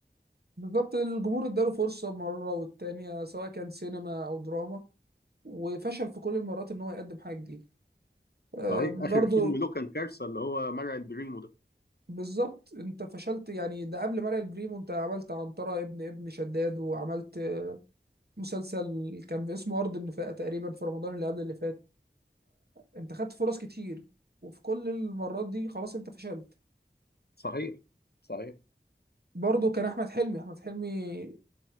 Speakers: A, on the right; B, on the left.
A: بالظبط الجمهور اداله فرصة مرة والتانية سواء كان سينما او دراما وفشل في كل المرات ان هو يقدم حاجه جديده آه،
B: صحيح
A: برضو
B: اخر فيلم له كان كارثه اللي هو مرعي البريمو ده
A: بالظبط انت فشلت يعني ده قبل مرق البريمو انت عملت عنترة ابن ابن شداد وعملت مسلسل كان اسمه ارض النفاق تقريبا في رمضان اللي قبل اللي فات انت خدت فرص كتير وفي كل المرات دي خلاص انت فشلت
B: صحيح صحيح
A: برضو كان احمد حلمي احمد حلمي